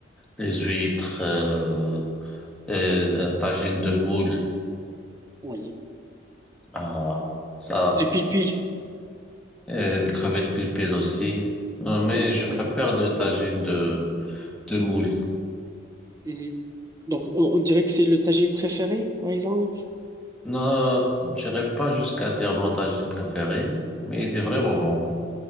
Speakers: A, in the centre; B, on the right (about 15°).
A: les huîtres, euh, et un tagine de moule,
B: Oui.
A: ah, ça,
B: Le pil-pil?
A: euh, et des crevettes pilpil aussi. Euh, Mais je
B: Oui.
A: préfère le tagine de, de moule.
B: Mhm. Donc, on, on dirait que c'est le tagine préféré, par exemple.
A: Non, j'irai pas jusqu'à dire mon tagine préféré, mais il est vraiment bon.